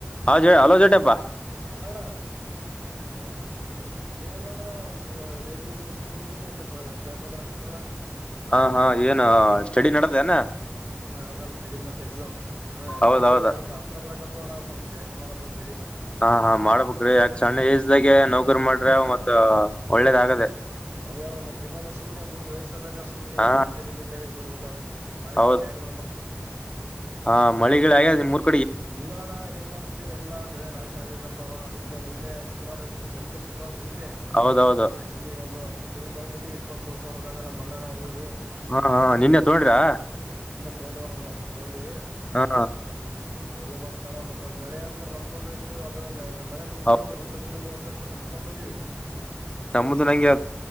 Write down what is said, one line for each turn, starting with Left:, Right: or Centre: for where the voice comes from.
Left: ಹಾ ಜೋ ಹಲೋ ಜಟ್ಟ ಪ್ಪ
Right: ಆಡ <inaudible> ಏನಲ್ಲಣ ಲೈಬ್ರರಿ ಜಸ್ಟ್ ಬಂದಿನಿ ಇಲ್ಲಿ ಜಳ್ಕ ಮಾಡಕೈತ್ ನೋಡ.
Left: ಹಾ ಹಾ ಏನ ಸ್ಟಡಿ ನಡದನಾ.
Right: ಹ ನಡದಾನ ಸ್ಟಡಿ ಮತ್ ಎಕ್ಸಾಮ್ ಹ್
Left: ಹೌದ್
Right: ಪರೀಕ್ಷೆ
Left: ಹೌದ್
Right: ಬೇರೆತ್ರ ಹತ್ರ ಬರಕತ್ತವಲ್ಲ ಸ್ವಲ್ಪ. ಜಾಸ್ತಿ ಮಾಡಬೇಕಲ್ ಸಡಿ
Left: ಹಾ ಹಾ ಮಾಡ್ಬೇಕ್ರಿ ಯಾಕ ಸಣ್ಣ ಏಜ್ದಾಗೆ ನೌಕರಿ ಮಾಡ್ರೆ ಮತ್ ಒಳ್ಳೇದ ಆಗದೆ.
Right: ಹೌದಣ ಮತ್ತೆ ಇಲ್ಲಂದೆ ಸುಮ್ಮನೆ ಮುಂದ್ ವಯಸ್ಸಾದಾಗ ಸುಮ್ಮನೆ
Left: ಹಾ
Right: ಅದ ಮೆಂಟಲಿ ವೀಕ್ ಆಗಿ ಕೊಡ್ಬೇಕ ಆತ್ ಮಾನಸಿಕ
Left: ಹೌದ್
Right: ಕಾಯಿಗಳಲ್ ಒಳಪಡ್ತಿವ್.
Left: ಹಾ ಮಳಿ ಗಳಿ ಅಗ್ಯಾದ ನಿಮ್ ಊರ್
Right: ಇಲ್ಲಣ್ಣ ಏನ್ ಮಾಡ್ತಿ ಎಲ್ಲಾ ಬೆಳೆ ನಾಶ ಆಗಕತ್ತವ ಅದಕ್ಕೆ ನಿನ್ನೆ. ಶುಕ್ರವಾರ ಇತ್ತು ಸಂತೆ ಶುಕ್ರವಾರ ಸಂತೆ
Left: ಹೌದೌದು
Right: ನಿನ್ನ ಒಂದು ಹತ್ ಕುರಿತಗೊಂಡ್ಬಟ್ಟ ಇಪ್ಪತ್ ಮೂರ್ ಸಾವರದಂಗ ನಮ್ಮ ಅಣ್ಣಾರ ಹೋಗಿ.
Left: ಹಾ ಹಾ ನಿನ್ನೆ ತಗೊಂಡ್ರಾ.
Right: ತಗೊಂಡ್ವಿ ಅಣ್ಣ ಒಂದ್ ಹತ್ತು ತಗೊಂಡ್ವಿ.
Left: ಹಾ
Right: ಹ ವ್ ಮಾಡ್ತಾನ ಮತ್ತೆ ಮಳೆ ಅಂತ ನಂಬಕೊಂಡ್ಯ್ತು ಅದ ಮಳೆ ನಮಕೊಂಡು
Left: ಹೌದ್
Right: ಒಂದ್ ಲಕ್ಷದ ಮೂವತ್ತು ಸಾವಿರ ಕೊಟ್ಟ ತಕೊಬಂದ್ವಿ
Left: ನಮ್ಮದು ನಂಗೆ